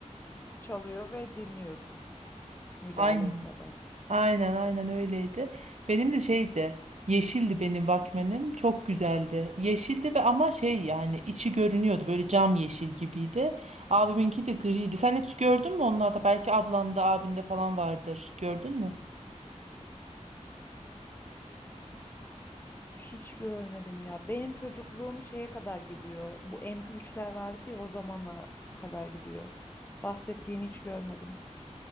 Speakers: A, on the left; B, on the right.
A: çalıyor ve dinliyorsun müdahale
B: Aynen.
A: etmeden.
B: Aynen aynen öyleydi. Benim de şeydi yeşildi benim Walkman'im çok güzeldi. Yeşildi ve ama şey yani içi görünüyordu böyle cam yeşil gibiydi. Abiminki de griydi. Sen hiç gördün mü onlarda belki ablanda abinde falan vardır gördün mü?
A: Hiç görmedim ya. Benim çocukluğum şeye kadar gidiyor. Bu mp üçler vardı ya o zamana kadar gidiyor. Bahsettiğini hiç görmedim.